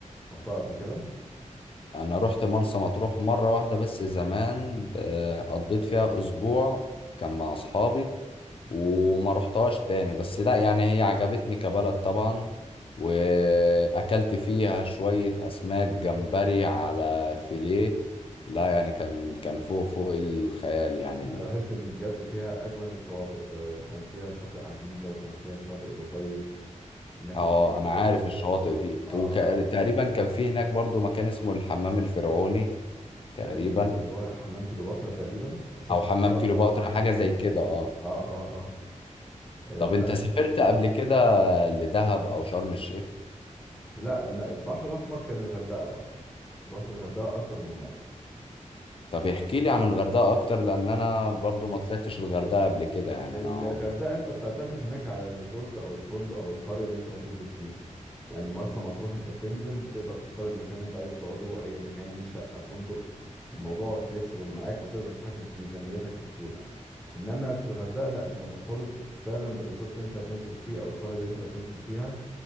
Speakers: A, in the centre; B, on the left.
A: رحتها قبل كده
B: انا رحت مرسى مطروح مره واحده بس زمان ب- قضيت فيها اسبوع كان مع اصحابي وما رحتهاش تاني بس لا يعني هي عجبتني كبلد طبعا واكلت فيها شويه اسماك جمبري على فيليه لا يعني كان كان فوق فوق الخيال يعني
A: أنا بحس إن بجد فيها أجمل الشواطئ آه، كان فيها شاطئ عجيبة وكان فيها شاطئ الأبيض هناك
B: اه
A: المية جميلة
B: انا عارف
A: جدا
B: الشواطئ دي
A: اه
B: وتقريبا
A: آه.
B: كان في هناك برضو مكان اسمه الحمام الفرعوني تقريبا
A: تقريبا اللي هو حمام كليوباترا تقريبا او شاطئ
B: او حمام
A: كليوباترا
B: كليوباترا
A: صح
B: حاجه
A: كده
B: زي كده اه
A: اه اه اه آه،
B: طب
A: لا
B: انت سافرت
A: خطيره
B: قبل كده لدهب او شرم الشيخ
A: لا إن البحر الاحمر كان الغردقه بقى رحت الغردقه اكتر من مره
B: طب احكي لي عن الغردقة اكتر لان انا برضو ما طلعتش الغردقة قبل كده يعني
A: الغردقة
B: انا عمري
A: انت بتعتمد هناك على الريزورت او الفندق او القرية اللي انت هتنزل فيها يعني مرسى مطروح انت بتنزل تقدر تختار المكان اللي انت عايز تقعده ايا كان شقة فندق الموضوع فليكسيبل معاك وتقدر تتحكم في ميزانيتك بسهولة انما في الغردقة لا انت مرتبط ب- فعلا بالريزورت اللي انت هتنزل فيه او القرية اللي انت هتنزل فيها